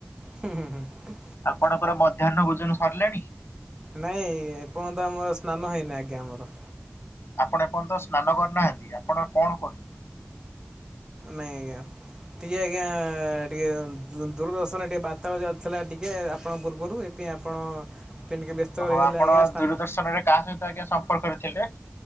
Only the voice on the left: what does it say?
ଆପଣଙ୍କର ମଧ୍ୟାହ୍ନ ଭୋଜନ ସରିଲାଣି?
ଆପଣ ଏପର୍ଯ୍ୟନ୍ତ ସ୍ନାନ କରିୁନାହାନ୍ତି ଆପଣ କଣ କରୁ
ଓହୋ
ଆପଣ
ଦୂରଦର୍ଶନ ରେ କାହା ସହିତ ଆଜ୍ଞା ସମ୍ପର୍କରେ ଥିଲେ?